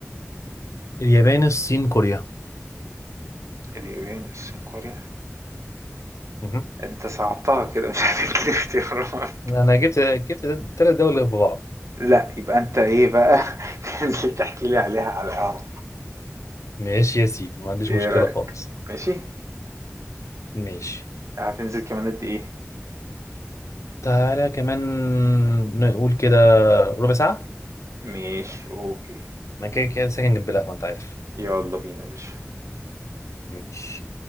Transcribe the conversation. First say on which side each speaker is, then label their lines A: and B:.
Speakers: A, on the left; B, on the right.
A: اليابان الصين كوريا
B: اليابان الصين كوريا
A: مهم.
B: أنت صعبتها كده مش هتديني اختيارات
A: أنا جبت جبت ثلاث دول في بعض
B: لا يبقى أنت إيه بقى <laughs> تنزل تحكي لي عليها على القهوة
A: ماشي يا سيدي ما عنديش
B: إيه
A: مشكلة
B: رأيك؟
A: خالص
B: ماشي؟
A: ماشي
B: هتنزل كمان قد إيه؟
A: تعالى كمان نقول كده ربع ساعة
B: ماشي أوكي
A: أنا كده كده ساكن جنب القهوة أنت عارف
B: يلا بينا يا باشا
A: ماشي